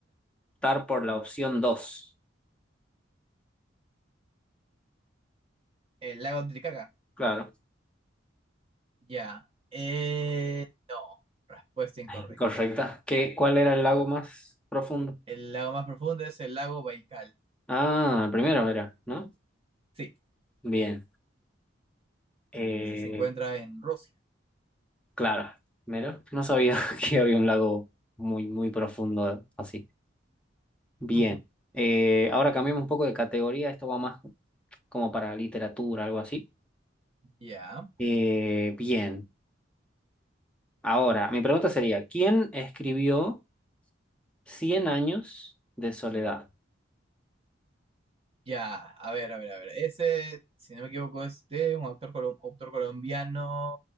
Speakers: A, in the centre; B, on the right.
A: optar por la opción dos
B: El lago Titicaca,
A: Claro,
B: ya. Eh, no, respuesta incorrecta.
A: <laughs> correcta. ¿Qué, cuál era el lago más profundo?
B: El lago más profundo es el lago Baikal.
A: Ah, el primero era, ¿no?
B: Sí,
A: Bien. Eh,
B: ese se encuentra en Rusia.
A: claro, mira, no sabía <laughs> que había un lago muy, muy profundo así. Bien.
B: <laughs>
A: Eh, ahora cambiamos un poco de categoría. Esto va más como para literatura, algo así.
B: Ya,
A: Eh, bien. Ahora, mi pregunta sería, ¿quién escribió cien años de soledad.
B: ya, a ver, a ver, a ver. Ese, si no me equivoco, es de un autor, colo- autor colombiano,